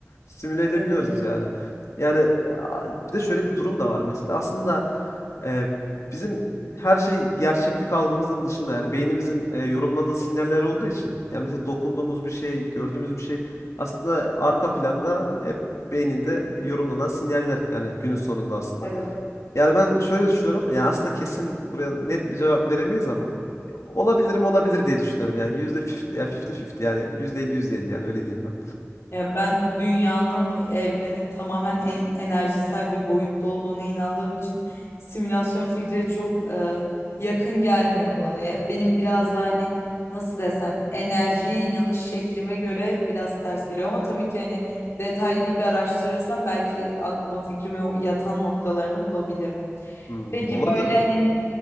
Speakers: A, on the left; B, on the left.
A: simüle edebiliyoruz
B: Tabii ki.
A: yani. Yani a- bir de şöyle bir durum da var mesela aslında e, bizim her şey gerçeklik algımızın dışında yani beynimizin e, yorumladığı sinyaller olduğu için yani mesela dokunduğumuz bir şey, gördüğümüz bir şey aslında arka planda hep beyninde yorumlanan sinyaller yani günün sonunda aslında.
B: Evet.
A: Yani ben şöyle düşünüyorum. Yani aslında kesin buraya net bir cevap veremeyiz ama olabilirim olabilir diye düşünüyorum. Yani yüzde 50 ya 50 yani yüzde elli yüzde elli yani öyle diyeyim ben.
B: Yani ben dünyanın, evrenin tamamen en- enerjisel bir boyutta olduğuna inandığım için simülasyon fikri çok e, yakın gelmiyor bana. Ya benim biraz da hani nasıl desem enerjiye inanış şeklime göre biraz ters geliyor ama tabii ki hani detaylı bir araştırırsam belki aklıma fikrime yatan noktalarını bulabilirim.
A: Hmm,
B: Peki
A: olabilir.
B: böyle hani